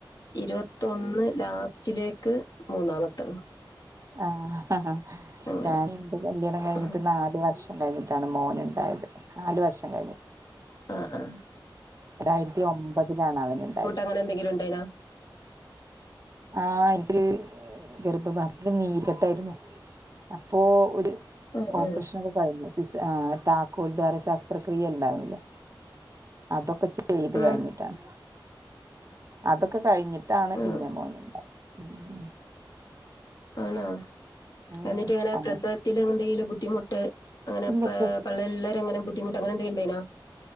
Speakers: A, on the left; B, on the right.
A: ഇരുപത്തൊന്ന് ലാസ്റ്റിലേക്ക് മൂന്നാമത്തത്.
B: ആഹ്
A: അങ്ങനെ
B: ഞാൻ എന്റെ കല്യാണം കഴിഞ്ഞിട്ട്
A: ഉം.
B: നാല് വർഷ കഴിഞ്ഞിട്ടാണ് മോൻ ഇണ്ടായത്. നാല് വർഷം കഴിഞ്ഞിട്ട്.
A: ആ ആ
B: രണ്ടായിരത്തി ഒമ്പതിലാണ് അവനുണ്ടായത്.
A: അങ്ങനെന്തെങ്കിലുണ്ടേനോ?
B: ആഹ് എനിക്ക് ഗർഭപാത്രത്തിൽ നീർ കട്ടായിരുന്നു അപ്പോ ഒര്
A: ഉം
B: ഓപ്പ്റഷന്
A: ഉം
B: സിസേ ആഹ് താക്കോൽ ദ്വാര ശസ്ത്രക്രിയ ഉണ്ടായിരുന്നല്ലേ? അതൊക്കെ ചെ ചെയ്ത്
A: ഉം
B: കഴിഞ്ഞിട്ടാണ് അതൊക്കെ കഴിഞ്ഞിട്ടാണ്
A: ഉം.
B: പിന്നെ മോന് ഉം ഉം ഉം
A: ആണോ?
B: ഉം
A: എന്നിട്ട് ഇങ്ങനെ
B: അങ്ങനെ
A: പ്രസവത്തി എന്തെലും ബുദ്ധിമൂട്ട് അങ്ങനെ
B: ഇല്ല
A: പ പള്ളേല് ഇള്ള അങ്ങനെ ബുദ്ധിമൂട്ട് അങ്ങനെ എന്തേനു ഇണ്ടായീനോ?